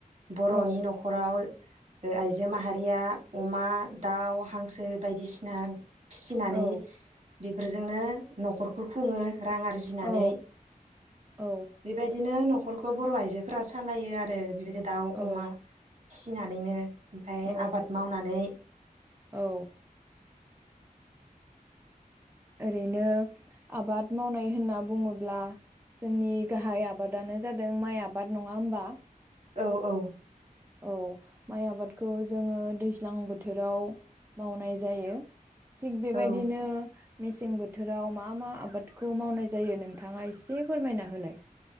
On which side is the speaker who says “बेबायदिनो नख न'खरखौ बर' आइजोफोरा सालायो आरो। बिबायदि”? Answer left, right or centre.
Right